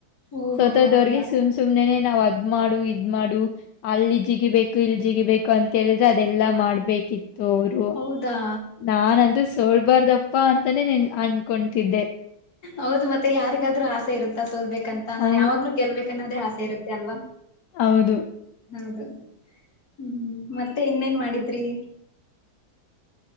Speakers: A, on the left; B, on the left.
A: ಓಹೋ
B: ಸೋತೋದವ್ರ್ಗೆ
A: ಹೌದಾ
B: ಸುಮ್ ಸುಮ್ನೆನೆ ನಾವ್ ಆ ಅದ್ ಮಾಡು ಇದ್ ಮಾಡು ಅಲ್ಲಿಜಿಗಗಿ ಬೇಕ್ ಇಲ್ಜಿಗಿಬೇಕು ಅಂತ ಹೇಳುದ್ ರ ಅದೆಲ್ಲ ಮಾಡ್ಬೇ ಕಿತ್ತು ಅವ್ರು
A: ಹೌದಾ
B: ನಾನಂತೂ ಸು ತೊಗೂಳ್ಬಾರ್ದಪ್ಪಾ ಅಂತಾನೇ ನೀನ್ ಅನ್ಕೊಂತಿದ್ದೆ.
A: ಹೌದು ಮತ್ತೆ ಯಾರಿಗಾದ್ರೂ ಆಸೆ ಇರುತ್ತ ಸ ಸೊಲ್ಬೇಕ ಅಂತ
B: ಹೌ
A: ನಾನ್ ಯಾವ್ಲೂ ಗೆಲ್ಬೇಕು ಕನ್ ಅನ್ನದ್ದೆ ಆಸೆ ಇರುತ್ತೆ ಅಲ್ವಾ.
B: ಹೌದು.
A: ಹೌದು ಹ್ಮ್ ಮತ್ತೆ ಇನ್ನೇನ್ ಮಾಡಿದ್ರಿ.